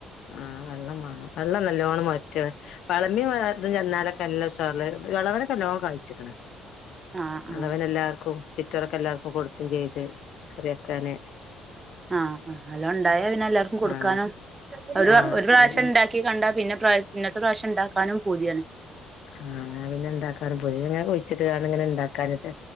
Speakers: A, on the left; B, on the right.
A: ആഹ് വെള്ളം മാണം വെള്ളം നല്ലോണം മോരറ്റ് വളമിൻ ഇത് ചെന്നാലൊക്കെ നല്ല ഉഷാർല് വേളവനൊക്കെ നല്ലോണം കായ്ച്ച്ക്ക്ണ്
B: ആഹ് ആഹ്
A: അത് എല്ലാവർക്കും ചിറ്റോരൊക്കെ എല്ലാവർക്കും കൊടുത്ത തും ചെയ്ത് കറിയക്കാന്
B: ആഹ് ആ നല്ലോ ഇണ്ടായാ പിന്നെ എല്ലാർക്കും കൊടുക്കാനും
A: ആഹ്
B: ഒരു
A: ആഹ്
B: ഒരു പ്രാവശ്യം ഉണ്ടാക്കി ണ്ടാ പിന്നെ <unintelligible> പിന്നത്തെ പ്രാവശ്യം ഇണ്ടാക്കാനും പൂതിയാണ്
A: ആഹ് അങ്ങനെപിന്നെണ്ടാക്കാൻ പുതെത്ങ്ങനെ കുഴിച്ചിട്ട് ഇങ്ങനെ ഇണ്ടാക്കാന് ലെ